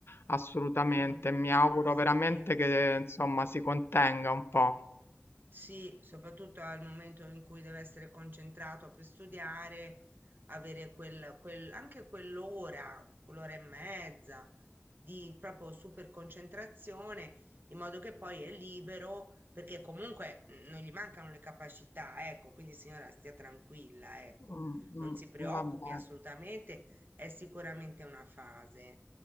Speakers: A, on the left (about 55°); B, on the right (about 45°).
A: assolutamente.
B: mm.
A: Mi auguro
B: Sì.
A: veramente che insomma si contenga un po'.
B: Sì, soprattutto al momento in cui deve essere concentrato per studiare, avere quel, quel- anche quell'ora, quell'ora e mezza di proprio super concentrazione, in modo che poi è libero, perché comunque mm, non gli mancano le capacità, ecco, quindi signora stia tranquilla, ecco,
A: Mm,
B: non si preoccupi
A: mm, vabbè.
B: assolutamente, è sicuramente una fase.